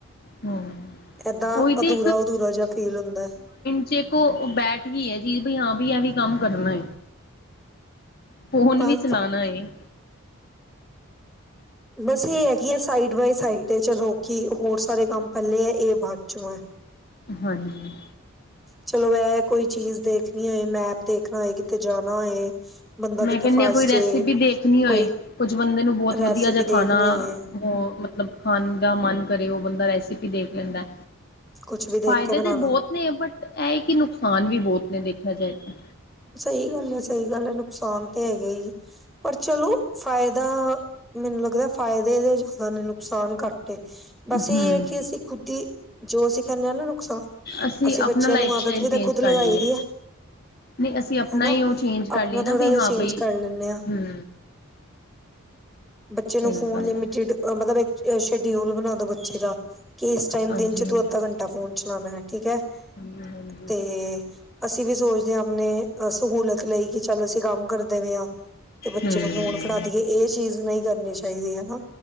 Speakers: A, on the left (about 45°); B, in the centre.
A: ਹਾਂ।
B: ਏਦਾਂ
A: ਉਹੀ ਤੇ
B: ਅਧੂਰਾ-ਅਧੂਰਾ ਜਿਹਾ ਫੀਲ ਹੁੰਦਾ।
A: ਜੇਕ ਓ ਬੈਠ ਹੀ ਹੈ ਜੀ ਬਈ ਹਾਂ ਵੀ ਐ ਵੀ ਕੰਮ ਕਰਨਾ। ਫੋਨ
B: ਬਸ
A: ਵੀ ਚਲਾਉਣਾ ਏ।
B: ਬਸ ਇਹ ਹੈ ਕੀ ਹੈ ਸਾਈਡ ਬਾਏ ਸਾਈਡ ਚਲੋ ਕਿ ਹੋਰ ਸਾਰੇ ਕੰਮ ਪੈਲੇ ਹੈ ਇਹ ਬਾਦ ਚੋਂ ਐ।
A: ਹਾਂਜੀ।
B: ਚਲੋ ਐ ਕੋਈ ਚੀਜ਼ ਦੇਖਣੀ ਹੋਏ, ਮੈਪ ਦੇਖਣਾ ਹੋਏ ਕਿਤੇ ਜਾਣਾ ਹੋਏ। ਬੰਦਾ
A: ਮੈਂ
B: ਕਿਤੇ
A: ਕੇਨੀ
B: ਫਸ
A: ਆਂ ਕੋਈ ਰੈਸਪੀ
B: ਜੇ
A: ਦੇਖਨੀ ਹੋਏ,
B: ਕੋਈ
A: ਕੁਝ ਬੰਦੇ ਨੂੰ ਬੌਤ
B: ਰੈਸਿਪੀ
A: ਵਧੀਆ ਜੇਆ
B: ਦੇਖਣੀ
A: ਖਾਨਾ।
B: ਹੋਏ
A: ਓ ਮਤਲਬ ਖਾਨ ਦਾ ਮਨ ਕਰੇ, ਓ ਬੰਦਾ ਰੈਸਿਪੀ ਦੇਖ ਲੈਂਦਾ।
B: ਕੁਛ ਵੀ ਦੇਖ
A: ਫਾਏਦੇ
B: ਕੇ ਬਣਾ
A: ਤੇ
B: ਲੋ
A: ਬੌਤ ਨੇ, ਬਟ ਐ ਕਿ ਨੁਕਸਾਨ ਵੀ ਬੌਤ ਨੇ, ਦੇਖੇਆ ਜਾਏ ਤਾਂ।
B: ਸਈ ਗੱਲ ਐ, ਸਹੀ ਗੱਲ ਐ, ਨੁਕਸਾਨ ਤੇ ਹੈਗਾ ਈ, ਪਰ ਚਲੋ ਫਾਏਦਾ। ਮੈਨੂੰ ਲੱਗਦਾ ਫਾਏਦੇ ਏਹਦੇ ਜਾਦਾ ਨੇ, ਨੁਕਸਾਨ ਘੱਟ ਏ। ਬਸ ਏਹ
A: ਹੂੰ।
B: ਐ ਕਿ, ਅਸੀਂ ਖੁਦ ਈ ਜੋ ਅਸੀ ਕੈੰਦੇ ਆ ਨਾ ਨੁਕਸਾਨ
A: ਅਸੀਂ
B: ਅਸੀ
A: ਆਪਣਾ
B: ਬੱਚੇਆਂ
A: ਲਾਈਫ
B: ਨੂੰ
A: ਸਟਾਈਲ
B: ਆਦਤ ਵੀ ਤਾਂ,
A: ਚੇਂਜ
B: ਖੁਦ ਲਗਾਈ
A: ਕਰ ਲਈਏ।
B: ਦੀ ਐ।
A: ਨਹੀਂ ਅਸੀਂ ਆਪਣਾ
B: ਹੈਨਾ,
A: ਹੀ ਉਹ ਚੇਂਜ ਕਰ
B: ਆਪਣਾ
A: ਲਈਏ ਨਾ
B: ਥੋੜ੍ਹਾ
A: ਬਈ
B: ਜੇਆ
A: ਹਾਂ
B: ਚੇਂਜ
A: ਬਈ
B: ਕਰ ਲੈਂਨੇ ਹਾਂ।
A: ਹੂੰ।
B: ਬੱਚੇ ਨੂੰ
A: ਸਹੀ
B: ਫੋਨ,
A: ਗੱਲ
B: ਲਿਮਟਿਡ
A: ਹੈ
B: ਮਤਲਬ ਏ ਸ਼ਡਿਊਲ ਬਣਾ ਦੋ ਬੱਚੇ ਦਾ ਕਿ ਇਸ ਟਾਈਮ
A: ਹਾਂਜੀ
B: ਦਿਨ 'ਚ
A: ਹਾਂਜੀ
B: ਤੂੰ ਅੱਦਾ ਘੰਟਾ ਫੋਨ ਪੁੱਛਣਾ ਮੈਂ, ਠੀਕ ਐ
A: ਹਾਂਜੀ, ਹਾਂਜੀ।
B: ਤੇ, ਅਸੀਂ ਵੀ ਸੋਚਦੇ ਆਂ ਆਪਨੇ ਸਹੂਲਤ ਲਈ ਕਿ ਚੱਲ ਅਸੀਂ ਕੰਮ ਕਰਦੇ ਪਏ ਆਂ ਤੇ ਬੱਚੇ
A: ਹੂੰ।
B: ਨੂੰ ਫੋਨ ਫੜਾ ਦੀਏ। ਏਹ ਚੀਜ਼ ਨਹੀਂ ਕਰਨੀ ਚਾਈਦੀ, ਹੈਨਾ